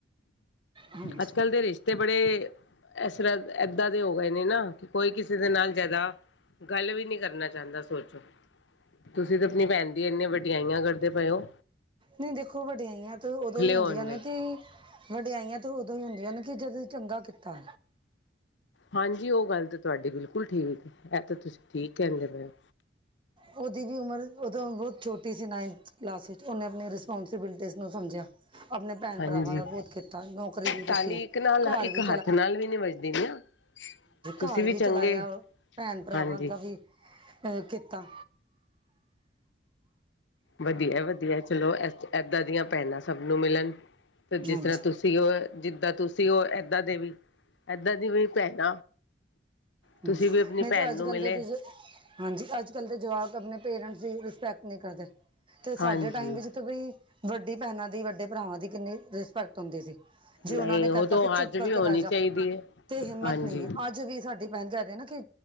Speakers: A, on the right; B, on the left.
A: ਹਾਂਜੀ
B: ਅੱਜ-ਕੱਲ੍ਹ ਦੇ ਰਿਸ਼ਤੇ ਬੜੇ, ਇਸ ਸਰ ਏਦਾਂ ਦੇ ਹੋ ਗਏ ਨੇ ਨਾ, ਕਿ ਕੋਈ ਕਿਸੇ ਦੇ ਨਾਲ ਜ਼ਿਆਦਾ। ਗੱਲ ਵੀ ਨੀ ਕਰਨਾ ਚਾਹੁੰਦਾ, ਸੋਚੋ ਤੁਸੀਂ ਤਾਂ ਆਪਣੀ ਭੈਣ ਦੀ ਇੰਨੇ ਵਡਿਆਈਆਂ ਕਰ ਕਰਦੇ ਪਏ ਔ,
A: ਨਹੀਂ ਦੇਖੋ, ਵੱਡੀਆਂ ਆਈਆਂ ਤਾਂ ਉਦੋਂ ਹੀ ਆਉਂਦੀਆਂ
B: ਹੋਣਗੇ।
A: ਨੇ ਕਿ ਵਡਿਆਈਆਂ ਤਾਂ ਉਦੋਂ ਹੁੰਦੀਆਂ ਨੇ, ਕਿ ਜਦੋਂ ਚੰਗਾ ਕੀਤਾ।
B: ਹਾਂਜੀ ਉਹ ਗੱਲ ਤਾਂ ਤੁਹਾਡੀ ਬਿਲਕੁਲ ਠੀਕ ਐ, ਏਥੇ ਤੁਸੀਂ ਠੀਕ ਕਹਿੰਦੇ ਪਏ ਓ।
A: ਉਹਦੀ ਵੀ ਉਮਰ ਉਦੋਂ ਬਹੁਤ ਛੋਟੀ ਸੀ, ਨਾਇਨਥ ਕਲਾਸ ਵਿੱਚ ਉਹਨੇ ਆਪਣੀ ਰਿਸਪੋਂਸੀਬਿਲਟੀਜ਼ ਨੂੰ ਸਮਝਿਆ। <unintelligible>
B: ਹਾਂਜੀ ਤਾਲੀ ਇੱਕ ਨਾਲ
A: ਹਾਂਜੀ
B: ਇੱਕ ਹੱਥ ਨਾਲ ਵੀ ਨੀ ਵੱਜਦੀ ਨਾ ਤੁਸੀਂ
A: ਘਰ ਵੀ ਚਲਾਇਆ
B: ਚੰਗੇ
A: ਭੈਣ ਭਰਾਵਾਂ
B: ਹਾਂਜੀ
A: ਦਾ ਵੀ, ਕੀਤਾ,
B: ਵਧੀਆ ਵਧੀਆ ਚਲੋ ਏਦਾਂ ਦੀਆਂ ਭੈਣਾਂ ਸਭ ਨੂੰ ਮਿਲਣ, ਤੇ
A: ਹਾਂਜੀ
B: ਜਿਸ ਤਰ੍ਹਾਂ ਤੁਸੀ ਸੀ ਉਹ ਜਿੱਦਾਂ ਤੁਸੀਂ ਉਹ ਏਦਾਂ ਦੇ ਵੀ ਏਦਾਂ ਦੀ ਵੀ ਭੈਣ
A: ਹੂੰ,
B: ਤੁਸੀਂ ਵੀ ਆਪਣੀ
A: ਨਹੀਂ ਤੇ ਅੱਜ-ਕੱਲ
B: ਨੂੰ ਮਿਲੇ
A: ਦੇ, ਹਾਂਜੀ, ਅੱਜ-ਕੱਲ ਦੇ ਜਵਾਕ ਆਪਣੇ ਪੇਰੈਂਟਸ ਦੀ ਰਿਸਪੈਕਟ ਨਹੀਂ ਕਰਦੇ। ਤੇ ਸਾਡੇ
B: ਹਾਂਜੀ
A: ਟਾਈਮ ਵਿੱਚ ਬਈ ਵੱਡੀ ਭੈਣਾਂ ਦੀ ਵੱਡੇ ਭਰਾਵਾਂ ਦੀ ਕਿੰਨੀ ਰਿਸਪੈਕਟ ਹੁੰਦੇ ਸੀ ਜੇ
B: ਨਹੀਂ
A: ਉਹਨਾਂ ਨੇ
B: ਉਹ
A: ਕਹਿਤਾ
B: ਤਾਂ
A: ਕਿ ਚੁੱਪ
B: ਅੱਜ
A: ਕਰਕੇ
B: ਵੀ ਹੋਣੀ
A: ਬਹਿ ਜਾ,
B: ਚਾਹੀਦੀ ਹੈ
A: ਤੇ ਹਿੰਮਤ
B: ਹਾਂਜੀ
A: ਨਹੀਂ ਹੈ ਅੱਜ ਵੀ ਸਾਡੇ <unintelligible> ਰਹਿਣਾ ਕੀ,